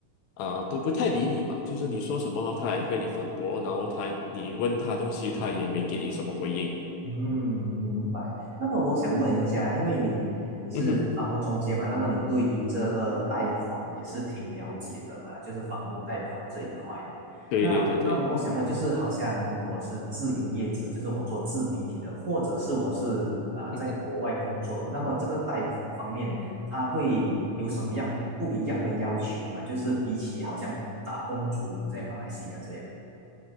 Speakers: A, on the left; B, on the right.
A: 啊、都不太理你嘛，就是你说什么他还跟你反驳，然后他你问他东西他也没给你什么回应。
B: 嗯，明白。那么我想问一下，因为你你是房屋中介嘛，
A: <laughs> 嗯哼，
B: 那么你对于这个贷款也是挺了解的嘛，就是房屋贷款这一块。
A: 对对对对，
B: 那那我我想问，就是好像如果我是自由业者，就是我做自媒体的，或者是我是啊、呃在国外工作的，
A: <laughs>
B: 那么这个贷款方面，他会有什么样不一样的要求吗？就是比起好像打工族在马来西亚这样，